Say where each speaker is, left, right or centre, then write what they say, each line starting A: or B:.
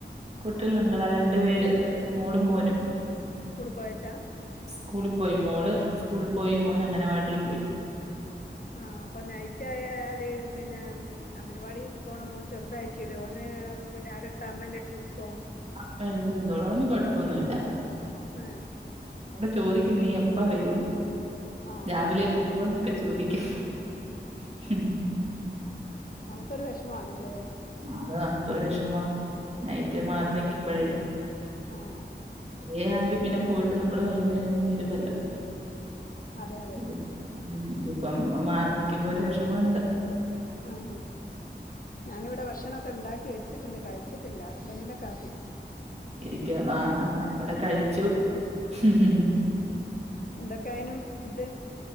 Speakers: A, on the right; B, on the left.
A: കുട്ടികളുണ്ടടാ രണ്ടു പേര് മോളും മോനും
B: സ്കൂൾ പോയച്ചാ
A: സ്കൂളിപോയി മോള് സ്കൂളിൽ പോയി മോന് അങ്ങനവാടിലും പോയി
B: ആ അപ്പൊ നൈറ്റായാല് പിന്നെ ഉം അങ്ങനവാടി പോണ മോൻ ചെറുതായി ക്കിലു ഓന് പിന്നെ ആരെടുത്ത അമ്മന്റെട്ത്ത് നിക്കോ
A: അമ്മേടെ അടുത്ത് നിന്നോളും അവന് കൊഴപ്പൊന്നുല്ല
B: ഏ
A: ന്നോട് ചോദിക്കും നീ എപ്പ വരും
B: ആ ആ
A: രാവിലെ വരുവോന്നൊക്കെ ചോദിക്കും <unintelligible>
B: നമുക്കൊരു വിഷമാണല്ലേ
A: അത് നമുക്കൊരു വെഷമാ നൈറ്റ് മാറി നിക്കുമ്പഴേ
B: ആഹ്
A: ഡേ ആങ്കി പിന്നെ പോയിട്ട് നമ്മള് വൈയ്യുന്നേരിങ്ങ് വരുവല്ലോ
B: അതെ അതെ
A: ഇത് ഉം ഇതിപ്പം മ മാറി നിക്കുമ്പോ ഒരു വെഷമുണ്ട്
B: ആഹ ഞാനിവിടെ ഭക്ഷണൊക്കെണ്ടാക്കി വെച്ചിട്ടുണ്ട് കഴിച്ചിട്ടില്ല ഹസ്ബന്റിനെ കാത്ത്
A: ഇരിക്കുവ ആഹ് ഞാൻ ഇവിടെ കഴിച്ചു
B: അതെ
A: <unintelligible>
B: എന്തക്കായിനു ഫുഡ്